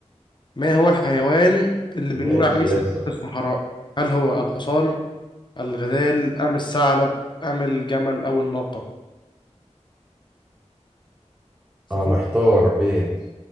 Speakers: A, on the left; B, on the right.
A: ما هو الحيوان اللي
B: ماشي
A: بنقول عليه سفينة
B: يا زلمة
A: الصحراء هل هو الحصان الغزال أم الثعلب أم الجمل أو الناقة سفينة
B: أنا محتار بين